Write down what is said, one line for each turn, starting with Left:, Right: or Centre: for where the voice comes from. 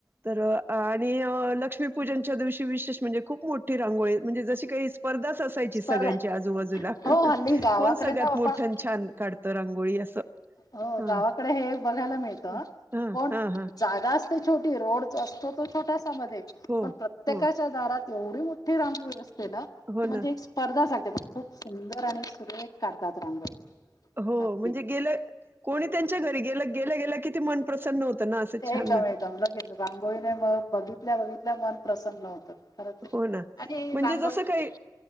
Right: तर आणि लक्ष्मीपूजनच्या दिवशी विशेष म्हणजे खूप मोठी रांगोळी म्हणजे जशी काही स्पर्धाच असायची.
Left: स्पर्धा
Right: सगळ्यांच्या आजूबाजूला
Left: हो हल्ली गावाकडे
Right: कोण सगळ्यात
Left: ना
Right: मोठ
Left: आपण
Right: छान काढतं रांगोळी असं.
Left: हो
Right: हा
Left: गावाकडे हे बघायला मिळत
Right: हा
Left: कोण
Right: हा हा
Left: जागा छीटी रोड असतो छोटसा मधे
Right: हो
Left: पण प्रत्येकाच्या
Right: हो
Left: दारात ऐवढी मोठी रांगोळी असते ना
Right: हो
Left: ती म्हणजे
Right: ना
Left: एक स्पर्धासाठी ते खूप सुंदर आणि सुरेख काढतात रांगोळी.
Right: हो
Left: अगदी
Right: म्हणजे गेलं कोणी त्यांच्या घरी गे गेलं गेल्या किती मन प्रसन्न होतं. ना असं
Left: एकदम
Right: छान ना
Left: एकदम लगेच रांगोळीने मग बघितल्या बघितल्या मन प्रसन्न होतं. खरंच आहे
Right: हो ना
Left: आणि
Right: म्हणजे
Left: रांगोळी
Right: जस काही